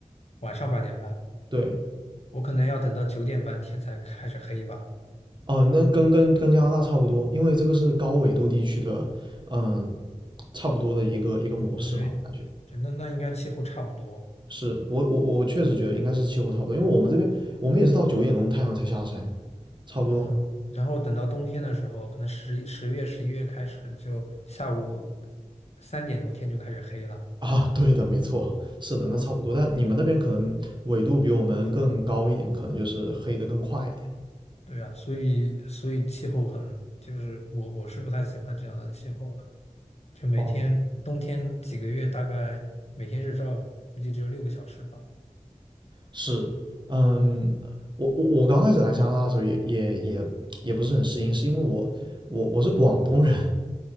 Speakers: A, on the left (about 55°); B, on the right (about 35°).
A: 晚上八点半，
B: 对，
A: 我可能要等到九点半天才开始黑吧。
B: 哦，那跟跟跟加拿大差不多，因为这个是高纬度地区的，嗯，差不多的一个一个模式嘛，
A: 那你们那边，
B: 我感觉
A: 对，那那应该气候差不多。
B: 是我我我我确实觉得应该是气候差不多，因为我们这边我们也是到九点钟太阳才下山，差不多
A: 嗯，然后等到冬天的时候，可能十十月、十一月开始，就下午三点钟天就开始黑了。
B: 啊，<laughs> 对的，没错，是的，那差不多，
A: 嗯，
B: 但你们那边可能纬度比我们更高一点，可能就是黑的更快一点。
A: 对啊，所以所以气候很，就是我我是不太喜欢这样的气候了。就每天冬天几个月，
B: 哦，
A: 大概每天日照估计只有六个小时吧。
B: 是，嗯，我我我刚开始来加拿大的时候也也也也不是很适应，是因为我我我是广东人，